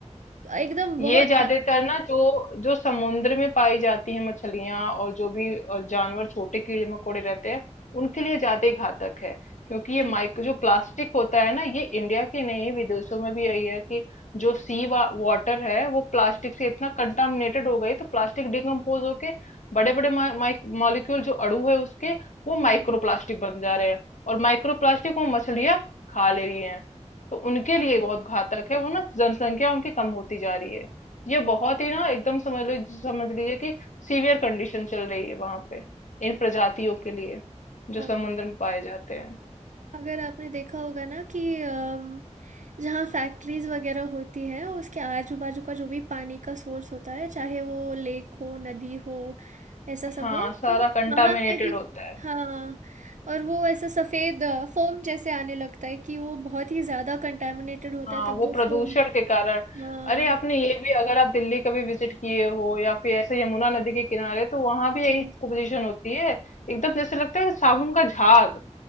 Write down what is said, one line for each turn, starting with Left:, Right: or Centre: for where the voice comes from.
Right: एकदम बहुत
Left: ये ज्यादातर
Right: ज़्या
Left: ना जो जो समुद्र में पाई जाती है मछलियां और जो भी अ, जानवर छोटे कीड़े मकोड़े रहते हैं उनके लिए ज्यादा ही घातक है क्योंकि ये
Right: जी।
Left: माइक्रो जो प्लास्टिक होता है ना ये इंडिया के नहीं विदेशों में भी यही है कि जो सी वाटर है वो प्लास्टिक से इतना कंटामिनेटेड हो गई तो प्लास्टिक डिकम्पोज होके बड़े बड़े मॉलिक्यूल जो अणु है उसके वो
Right: हुँ,
Left: माइक्रो
Right: हुँ,
Left: प्लास्टिक बन जा रहे हैं और माइक्रो प्लास्टिक वो मछलियां खा ले रही हैं तो उनके लिए
Right: हुँ।
Left: बहुत घातक है वो ना जनसंख्या उनकी कम होती जा रही है ये बहुत ही ना एकदम समझ लो समझ लीजिए कि सीवियर कंडीशन चल रही है वहां पे इन प्रजातियों के लिए जो
Right: हाँ।
Left: समुद्र में पाए जाते हैं
Right: अगर आपने देखा होगा ना कि अम, जहाँ फैक्ट्रीज़ वगैरह होती हैं उसके आजू बाजू का जो भी पानी का सोर्स होता है चाहे वो लेक हो नदी हो ऐसा सब
Left: हाँ
Right: हो
Left: सारा
Right: तो
Left: कंटामिनेटेड
Right: वहाँ पे भी
Left: होता है
Right: हाँ और वो ऐसा सफ़ेद फोम जैसे आने लगता है कि वो बहुत ही ज़्यादा कंटेमिनेटेड होता
Left: हाँ
Right: है तब
Left: वो
Right: वो
Left: प्रदूषण
Right: फोम
Left: के कारण
Right: हाँ
Left: अरे आपने ये भी अगर आप दिल्ली कभी विजिट किए हो या फिर ऐसे यमुना नदी के किनारे तो वहां भी
Right: जी
Left: यही
Right: जी
Left: पोजीशन होती है एकदम जैसे लगता है साबुन का झाग